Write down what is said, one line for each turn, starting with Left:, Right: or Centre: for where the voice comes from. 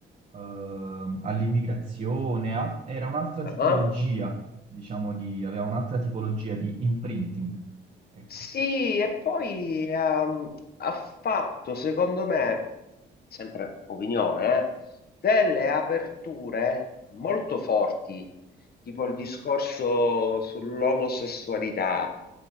Right: eh, all'immigrazione, al- era un'altra
Left: Ah.
Right: tipologia, diciamo, di, aveva un'altra tipologia di imprinting. Ecco.
Left: Sì, e poi ehm, ha fatto, secondo me, sempre opinione, eh, delle aperture molto forti, tipo il discorso sull'omosessualità,